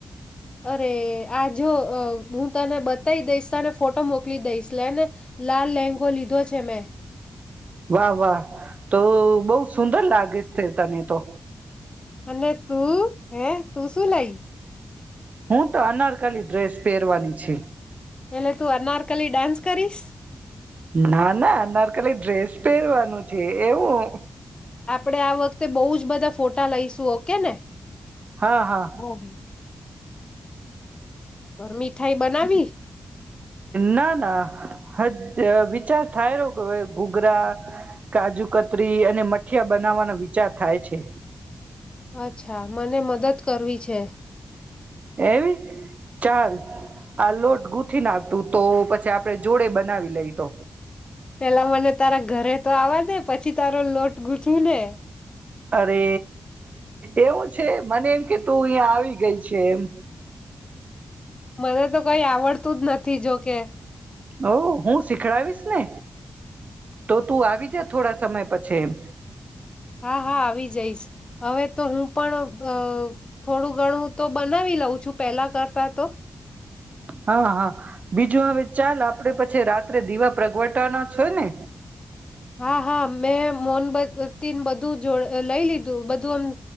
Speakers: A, on the left; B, on the right.
A: અરે આ જો અ હું તને બ દઈસ તને ફોટો મોક દઈસલે લાલ લેંગો લીધો છે મેં.
B: વાહ વાહ તો બઉ સુંદર લાગી છે તને. તો.
A: અને તું હે તું શું લઈ?
B: હું તો અનારકાલી ડ્રેસ પહેરવાની છે.
A: એટલે તું અનારકલી ડાન્સ કરીશ?
B: ના ના નર્કલી ડ્રેસ પહેરવાનું છે એવું.
A: આપડે આ વખતે બહુ જ બધા ફોટા લઈશું ઓકે ને?
B: હા હા.
A: હમ હમ મીઠાઈ બનાવી?
B: ના ના હજ વિચાર થાય રહ્યો કે ગૂઘરા, કાજુ કતરી અને મઠીિયા બનાવવાનો વિચાર થાય છે.
A: અચ્છા મને મદદ કરવી છે.
B: એમ ચાલ આ લોટ ગૂથી નાખતું તો પછી આપડે જોડે બનાવી લઈ તો.
A: પેલા મને તારા ઘરે તો આવવા દે પછી તારો લોટ ગૂંથીને.
B: અરે એવું છે મને એમ કે તું અહીં આવી ગઈ છે એમ.
A: મને તો કઈ આવડતું જ નથી જોકે.
B: ઓ હું શીખડાવીશ ને તો તું આવી જ થોડા સમય પછી એમ.
A: હા હા આવી જઈશ. હવે તો હું પણ અ થોડું ગણું તો બનાવી લઉં છું, પેલા કરતા તો.
B: હા, હા. બીજું હવે ચાલ આપડે પછી રાત્રે દીવા પ્રગવટાવાના છે ને?
A: હા, હા. મેં મોનબત્તીને બધું જોડ લઈ લીધું બધું એમ